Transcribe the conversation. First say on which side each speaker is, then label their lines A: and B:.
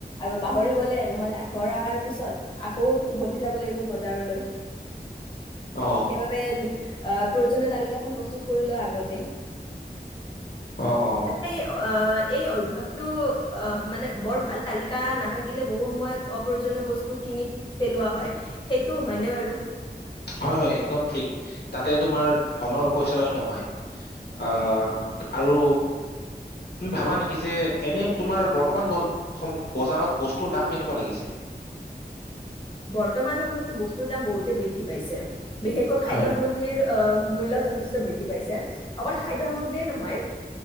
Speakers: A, on the left; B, on the left.
A: আৰু পাহৰি গলে নহ'লে ঘৰ অহাৰ পিছত আকৌ উভতি যাব লাগিব বজাৰলৈ।
B: অ,
A: সেইবাবে প্ৰয়োজনীয় তালিকাখন প্ৰস্তুত কৰি লও আগতে।
B: অ, অ,
A: আচ এই আহ এই অভ্যাস অ মানে বৰ ভাল তালিকা নাথাকিলে বহু সময়ত অপ্ৰয়োজনীয় বস্তু কিনি পেলোৱা হয়। সেইটো হয়নে বাৰু? বু <inaudible>
B: হয়-হয় একদম ঠিক। তাতে তোমাৰ ধনৰপইচয় নহয়। আহ আৰু, ভাবা নেকি যে এনে তোমাৰ বৰ্তমান বজাৰত বস্তুৰ দাম কেনেকুৱা লাগিছে তোমাৰ?
A: বৰ্তমান সময়তো বস্তুৰ দাম বহুতেই বৃদ্ধি পাইছে। বিশেষকৈ খাদ্যয়
B: হয়,
A: সামগ্ৰীৰ আহ মূল্য যথেষ্ট বৃদ্ধি পাইছে অকল খাদ্য সামগ্ৰীয়ে নহয়